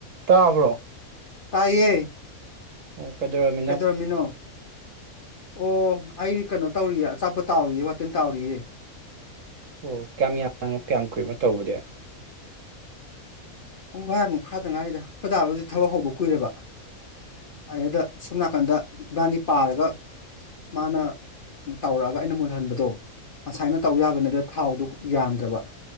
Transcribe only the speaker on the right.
ꯇꯥꯕ꯭ꯔꯣ
ꯑꯣ ꯀꯩꯗꯧꯔꯝ___
ꯑꯣ ꯀꯌꯥꯝ ꯌꯥꯝ ꯀꯌꯥꯝ ꯀꯨꯏꯔꯅꯣ ꯇꯧꯕꯗꯤ?